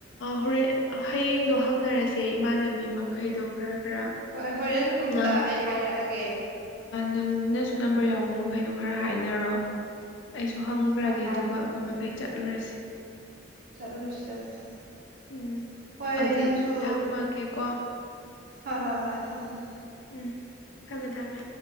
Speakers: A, on the left; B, on the right.
A: ꯍꯣꯔꯦꯟ ꯍꯌꯦꯡꯗꯣ ꯍꯪꯅꯔꯁꯦ ꯏꯃꯥꯟꯅꯕꯤ ꯃꯈꯩꯗꯣ ꯈꯔ ꯈꯔ
B: ꯍꯣꯏ ꯍꯣꯔꯦꯟ ꯒ꯭ꯔꯨꯞꯇ
A: ꯅꯪ
B: ꯑꯩ ꯍꯥꯏꯔꯛꯑꯒꯦ
A: ꯅꯪꯅꯁꯨ ꯅꯝꯕꯔ ꯌꯥꯎꯕ ꯃꯈꯩꯗꯣ ꯈꯔ ꯍꯥꯏꯅꯔꯣ ꯑꯩꯁꯨ ꯍꯪꯈ꯭ꯔꯒꯦ
B: ꯍꯣꯏ ꯍꯥꯏꯔꯛꯑꯒꯦ
A: ꯑꯗꯨꯒ ꯑꯩꯈꯣꯏ ꯃꯈꯩ ꯆꯠꯂꯨꯔꯁꯤ
B: ꯆꯠꯂꯨꯔꯁꯤ ꯆꯠꯂꯨꯔꯁꯤ
A: ꯎꯝ
B: ꯍꯣꯏ
A: ꯑꯗꯨꯗꯤ
B: ꯅꯪꯁꯨ
A: ꯊꯝꯃꯒꯦꯀꯣ
B: ꯍꯣꯏ ꯍꯣꯏ ꯍꯣꯏ ꯑꯩ ꯊꯝꯃꫭ ꯊꯝ
A: ꯎꯝ ꯊꯝꯃꯦ ꯊꯝꯃꯦ